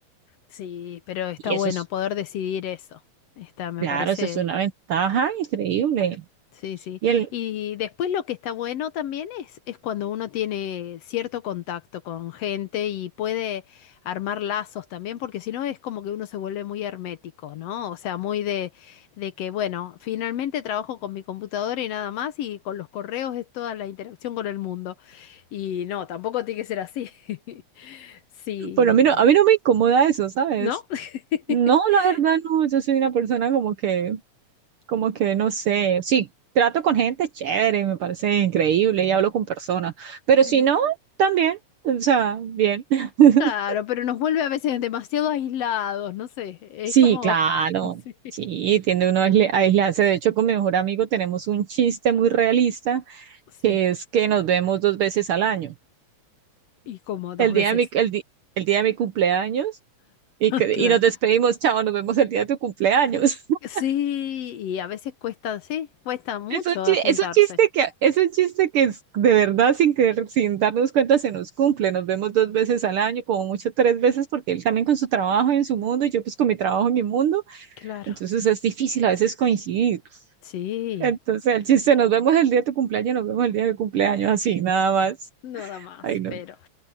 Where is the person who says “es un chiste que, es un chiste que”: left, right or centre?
Right